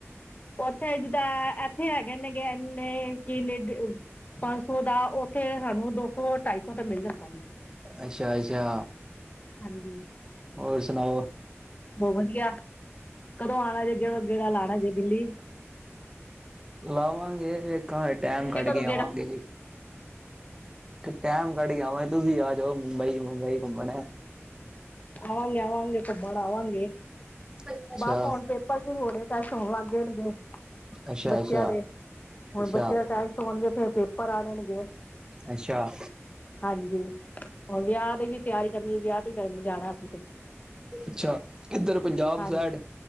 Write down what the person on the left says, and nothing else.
ਉੱਥੇ ਜਿੱਦਾਂ ਇੱਥੇ ਹੈਗੇ ਏਨੇ ਕਿ ਨੀਡਉ। ਪੰਜ ਸੌ ਦਾ ਸੂਟ ਉੱਥੇ ਸਾਨੂੰ ਦੋ ਸੌ ਢਾਈ ਸੌ ਤੇ ਮਿਲ ਜਾਂਦਾ।
ਹਾਂਜੀ
ਬਹੁਤ ਵਧੀਆ ਕਦੋਂ ਆਉਣਾ ਜੇ ਗੇੜਾ ਲਾਣਾ ਜੇ ਦਿੱਲੀ।
ਦਿੱਲੀ
ਕਦੋਂ
ਆਵਾਂਗੇ ਆਵਾਂਗੇ ਘੁੰਮਣ ਆਵਾਂਗੇ
ਬਸ ਹੁਣ ਪੇਪਰ ਸ਼ੁਰੂ ਹੋਣੇ। ਟੈਸਟ ਤਾਂ ਸੋਵਾਰ ਦੇਣਗੇ
ਬੱਚਿਆਂ
ਦੇ ਹੁਣ
ਬੱਚਿਆਂ ਦਾ ਟੈਸ਼ਟ। ਹੋਣਗੇ ਫੇਰ ਪੇਪਰ ਆਣੇਗੇ।
ਹਾਂਜੀ ਹੁਨ ਵਿਆਹ ਦੀ ਵੀ ਤਿਆਰੀ ਕਰਨੀ ਵਿਆਹ ਤੇ ਕਰਨ ਜਾਣਾ ਅਸੀਂ ਫਿਰ।
ਹਾਂਜੀ